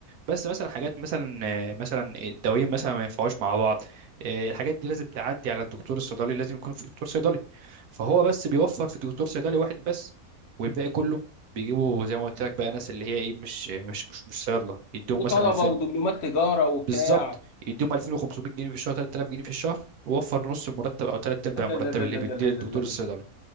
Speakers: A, on the right; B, on the left.
A: بس مثلا حاجات مثلا آه، مثلا الدوايين مثلا ما ينفعوش مع بعض آه، الحاجات دي لازم تعدي على الدكتور الصيدلي لازم يكون في دكتور صيدلي فهو بس بيوفر في دكتور صيدلي واحد بس والباقي كله بيجيبوا زي ما قلت لك بقى ناس اللي هي ايه مش مش مش مش صيادله يديهم
B: وطلبه
A: مثلا 2000
B: ودبلومات تجاره وبتاع
A: بالظبط يديهم 2500 جنيه في الشهر 3000 جنيه في الشهر ووفر نص المرتب او ثلاث ارباع
B: لا
A: المرتب
B: لا لا
A: اللي
B: لا
A: بيديه
B: لا لا
A: الدكتور
B: لا لا
A: الصيدلي